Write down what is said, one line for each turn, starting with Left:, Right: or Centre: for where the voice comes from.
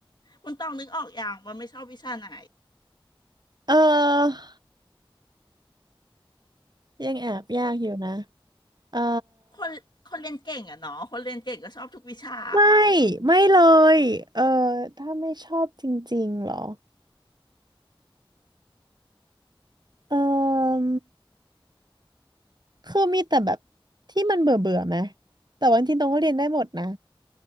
Left: คุณตองนึกออกอย่างว่าไม่ชอบวิชาไหน
Right: เออยังแอบยากอยู่นะเออ
Left: คนคนเรียนเก่งอะเนาะคนเรียนเก่งก็ชอบทุกวิชา
Right: ไม่ไม่เลยเออถ้าไม่ชอบจริงๆเหรอเออคือมีแต่แบบที่มันเบื่อเบื่อไหมแต่ว่าจริงๆตรงก็เรียนได้หมดนะ